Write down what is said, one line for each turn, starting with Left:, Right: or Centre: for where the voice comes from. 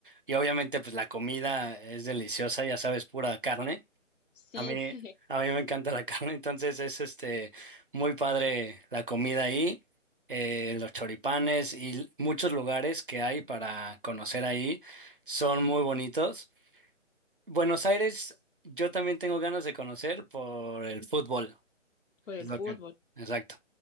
Right: y obviamente, pues la comida es deliciosa, ya sabes, pura carne.
Left: Sí,
Right: A mí,
Left: <laughs>
Right: a mí me encanta la <laughs> carne, entonces es este muy padre la comida ahí, eh, los choripanes y muchos lugares que hay para conocer ahí son muy bonitos. Buenos Aires, yo también tengo ganas de conocer por el fútbol.
Left: por el
Right: Es lo
Left: fútbol.
Right: que, exacto.